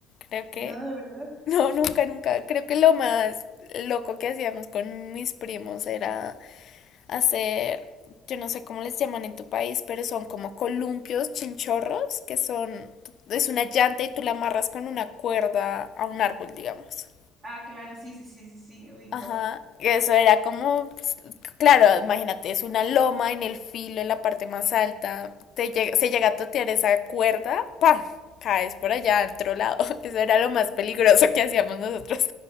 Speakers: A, on the left; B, on the right.
A: Creo que,
B: No, de verdad.
A: no, nunca, nunca. Creo que lo más loco que hacíamos con mis primos era hacer, yo no sé cómo les llaman en tu país, pero son como columpios, chinchorros, que son, es una llanta y tú la amarras con una cuerda a un árbol, digamos.
B: Ah, claro, sí, sí, sí, sí, sí, ubico.
A: Ajá, eso era como, pues, claro, imagínate, es una loma en el filo, en la parte más alta, te llega, se llega a totear esa cuerda, pa, caes por allá, al otro lado, <laughs> eso era lo más peligroso que hacíamos nosotros,